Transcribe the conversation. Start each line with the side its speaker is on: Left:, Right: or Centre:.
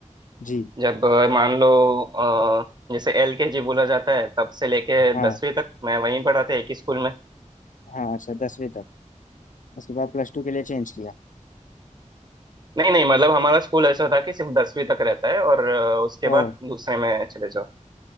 Left: जी
Right: जब अ, मान लो अ, जैसे एल के जी बोला जाता है तब से लेके
Left: हाँ
Right: दसवीं तक मैं वहीं पढ़ा था एक ही स्कूल में
Left: हाँ अच्छा दसवीं तक उसके बाद प्लस टू के लिए चेंज किया
Right: नहीं नहीं मतलब हमारा स्कूल ऐसा था कि सिर्फ दसवीं तक रहता है और अ, उसके
Left: ओह
Right: बाद दूसरे में चले जाओ